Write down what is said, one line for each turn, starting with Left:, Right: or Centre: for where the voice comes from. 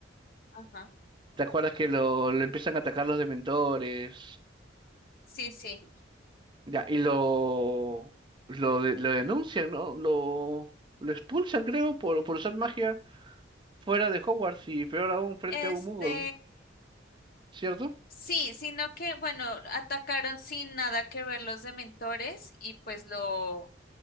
Left: Ajá.
Right: ¿Te acuerdas que lo, lo empiezan a atacar los dementores?
Left: Sí, sí.
Right: Ya, y lo, lo, de- lo denuncian, ¿no? Lo, lo expulsan, creo, por, por usar magia fuera de Hogwarts y peor aún frente
Left: Este,
Right: a un Muggle, ¿cierto?
Left: sí, sino que, bueno, atacaron sin nada que ver los dementores y pues lo